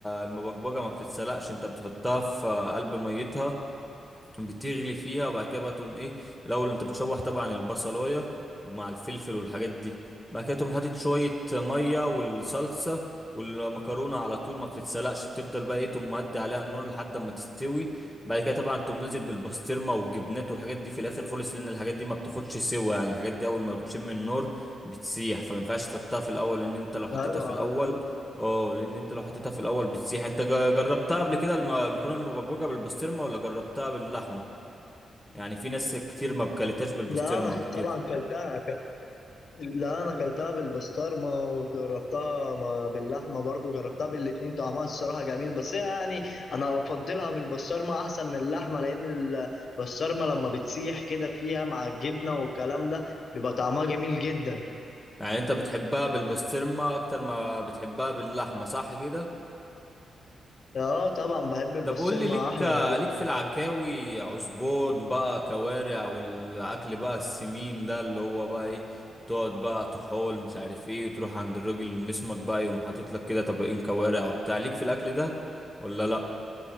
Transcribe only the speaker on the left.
أيوة
على طول
لا أنا
طبعا كلتها ك- لا أنا كلتها بالبسطرمة وجربتها ما- باللحمة برضو جربتها بالاتنين طعمها الصراحة جميل بس هي يعني أنا أفضلها بالبسطرمة أحسن من اللحمة لأن البسطرمة لما بتسيح كده فيها مع الجبنة والكلام ده بيبقى طعمها جميل جدا
اه طبعا بحب البسطرمة
أحلى من اللحمة